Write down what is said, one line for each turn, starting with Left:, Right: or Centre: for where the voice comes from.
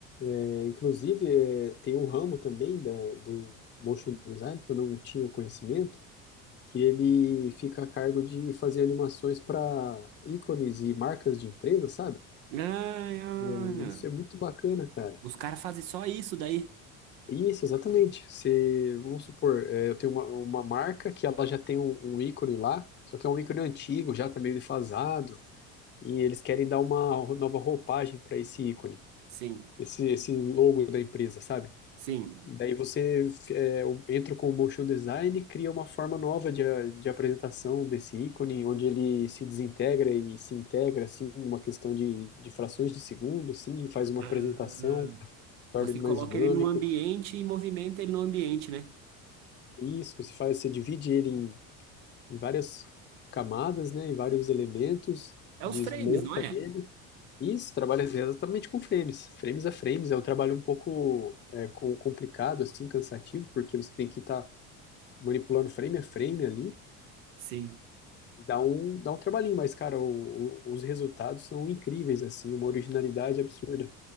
Left: É, Inclusive, é, tem um ramo também da- do motion design que eu não tinha conhecimento, que ele fica a cargo de fazer animações para ícones e marcas de empresa, sabe?
Right: Ai, olha.
Left: É, Isso é muito bacana, cara.
Right: Os caras fazem só isso daí.
Left: Isso, exatamente. Se, vamos supor, é, eu tenho uma, uma marca que ela já tem um, um ícone lá, só que é um ícone antigo, já tá meio defasado, e eles querem dar uma nova roupagem para esse ícone,
Right: Sim,
Left: esse, esse logo da empresa, sabe?
Right: sim.
Left: E daí você é, o- entra com o motion design e cria uma forma nova de, a- de apresentação desse ícone, onde ele se desintegra e se integra, assim, numa questão de, de frações de segundo, assim, e faz uma
Right: Ah,
Left: apresentação, torna
Right: Você
Left: ele
Right: coloca
Left: mais dinâmico.
Right: ele no ambiente e movimenta ele no ambiente, né?
Left: E Isso, você faz, você divide ele em, em várias camadas, né, em vários elementos,
Right: É
Left: desmonta.
Right: os frames, não é?
Left: Isso, trabalha exatamente com frames, frames a frames. É um trabalho um pouco é, com- complicado, assim, cansativo, porque você tem que estar manipulando frame a frame ali
Right: Sim.
Left: Dá um, dá um trabalhinho, mas, cara, o- o- os resultados são incríveis, assim, uma originalidade absurda.